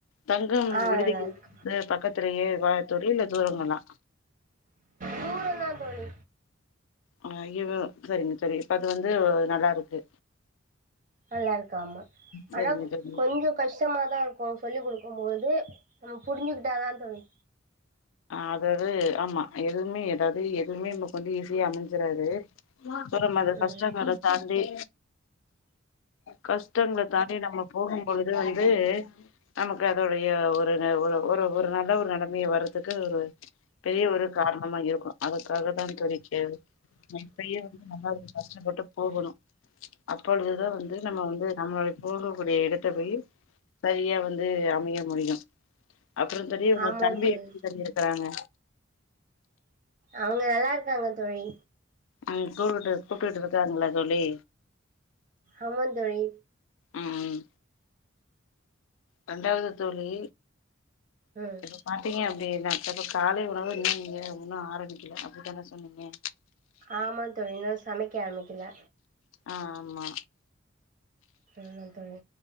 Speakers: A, on the left; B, on the right.
A: தங்கு
B: ஆ
A: விடுதிகள்
B: நல்லா இருக்கு
A: இது பக்கத்துலயே வா தோழி இல்ல தூரோ தானா
B: தூரோந்தா தோழி
A: ஆவங்க ஐயரு செரிங்க செரி அது வந்து நல்லாருக்கு
B: நல்லா இருக்காமா
A: சரிங்க
B: ஆனா
A: தோழி
B: கொஞ்சோ கஷ்டமாதா ப்போ சொல்லி் குடுக்கும்போது நம்ம புருஞ்சுக்கிட்டாதா தோழி
A: அதது ஆமா எதுமே எதாவ்து எதுமே கொஞ்சொ ஈஸியா அமைஞ்சுறாது சொனமாரி
B: ம்
A: கஷ்டங்கள தாண்டி கஷ்டங்கள தாண்டி நம்ம போகும்பொழுது வந்து நமக்கு அதுடைய ஒரு ஒரு ஒரு நல்ல ஒரு நிலமையா வரு க்கு ஒரு பெரிய ஒரு காரணமா இருக்கனு அதுக்காக தா தோழி கே இப்பயே வந்து நல்லா கஷ்டப்பட்டு போகணு அப்பொழுதுதா வந்து நம்ம வந்து நம்ளோட போகக்கூடிய இடத்த போய் செரியா வந்து அமைய முடியு அப்ரோ தோழி உங்க
B: ஆமா
A: தம்பி
B: தோழி
A: எப்டி இருக்காங்க
B: அவ்ங்க நல்லாருக்காங்க தோழி
A: ஆ கூப்புட்டு கூப்ட்டுட்டு இருக்காங்களா தோழி
B: ஆமாந் தோழி
A: ம்ம் ரெண்டாவ்து தோழி
B: ம்
A: இப்ப பாத்தீங்க அப்டினா அப்ப காலை உணவு நீீங்க உண்ண ஆரம்பிக்கல. அப்டித்தான சொன்னீங்க
B: ஆமா தோழி இன்னு சமைக்க ஆரம்பிக்கெல
A: அ ஆமா
B: செரிங்க தோழி